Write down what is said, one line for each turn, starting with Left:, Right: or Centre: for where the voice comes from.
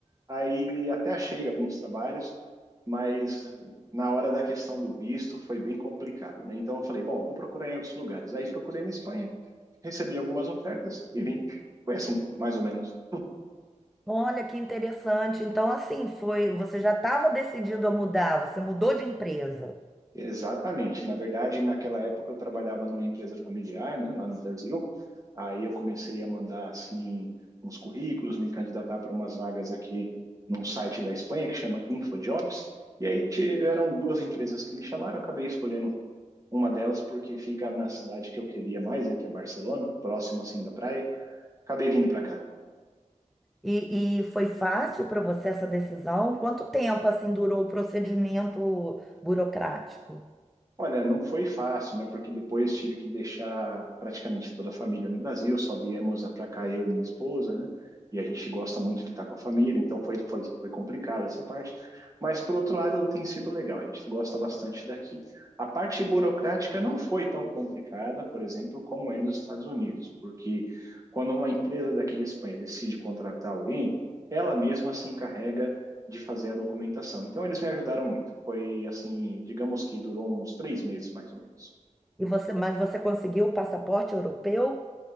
Right: Aí até achei alguns trabalhos, mas na hora da questão do visto foi bem complicado, né? Então eu falei, bom, vou procurar em outros lugares. Aí procurei na Espanha, recebi algumas ofertas e vim. Foi assim, mais ou menos.
Centre: Olha que interessante. Então, assim, foi, você já estava decidido a mudar, você mudou de empresa.
Right: Exatamente. Na verdade, naquela época eu trabalhava numa empresa familiar, né, lá no Brasil. Aí eu comecei a mandar assim uns currículos, me candidatar para umas vagas aqui num site da Espanha que chama InfoJobs. E aí tiveram duas empresas que me chamaram, eu acabei escolhendo Uma delas porque fica na cidade que eu queria mais, né, que é Barcelona, próximo assim da praia. Acabei vindo para cá.
Centre: E, e foi fácil para você essa decisão? Quanto tempo assim durou o procedimento burocrático?
Right: Olha, não foi fácil, né? Porque depois tive que deixar praticamente toda a família no Brasil, só viemos para cá eu e minha esposa, né? E a gente gosta muito de estar com a família, então foi, foi, foi complicado essa parte. Mas, por outro lado, tem sido legal, a gente gosta bastante daqui. A parte burocrática não foi tão complicada, por exemplo, como é nos Estados Unidos, porque quando uma empresa daqui da Espanha decide contratar alguém, ela mesma se encarrega de fazer a documentação. Então eles me ajudaram muito. Foi assim, digamos que durou uns três meses mais ou menos.
Centre: E você, mas você conseguiu o passaporte europeu?